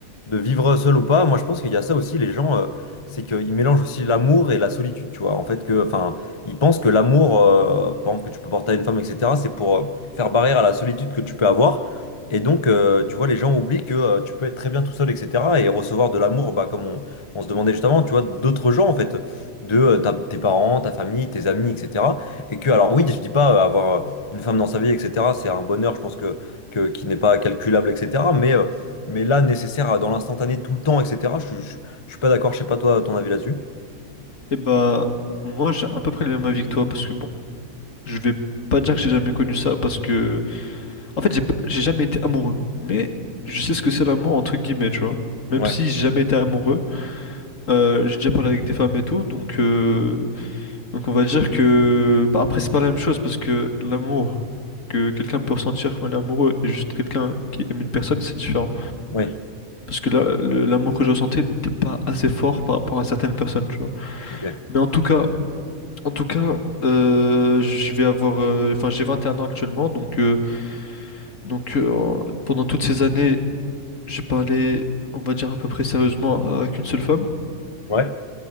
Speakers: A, on the left; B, on the left.
A: de vivre seul ou pas. Moi, je pense qu'il y a ça aussi, les gens, euh, c'est qu'ils mélangent aussi l'amour et la solitude, tu vois. En fait, que, enfin, ils pensent que l'amour, euh, par exemple, que tu peux porter à une femme, etc., c'est pour euh, faire barrière à la solitude que tu peux avoir. Et donc, euh, tu vois, les gens oublient que euh, tu peux être très bien tout seul, etc. Et recevoir de l'amour, bah, comme on, on se demandait justement, tu vois, d'autres gens, en fait, de euh, ta- tes parents, ta famille, tes amis, etc. Et que, alors oui, je dis pas euh, avoir euh, une femme dans sa vie, etc., c'est un bonheur, je pense, que, que, qui n'est pas calculable, etc. Mais, euh, mais là, nécessaire euh, dans l'instantané, tout le temps, etc., je, je, je suis pas d'accord, je sais pas toi, ton avis là-dessus.
B: Et bah, moi j'ai à peu près le même avis que toi, parce que bon, je vais pas dire que j'ai jamais connu ça, parce que en fait j'ai p- j'ai jamais été amoureux. Mais je sais ce que c'est l'amour entre guillemets, tu vois. Même
A: Ouais,
B: si j'ai jamais été amoureux, euh, j'ai déjà parlé avec des femmes et tout, donc. euh, Donc on va dire que bah, après c'est pas la même chose parce que l'amour que quelqu'un peut ressentir quand il est amoureux et juste quelqu'un qui aime une personne c'est différent
A: ouais,
B: parce que là le- l'amour que je ressentais n'était pas assez fort par rapport à certaines personnes tu vois
A: ok.
B: mais en tout cas en tout cas euh, je vais avoir euh, enfin j'ai 21 ans actuellement donc euh, donc euh, en- pendant toutes ces années j'ai parlé on va dire à peu près sérieusement à qu'une seule femme
A: Ouais,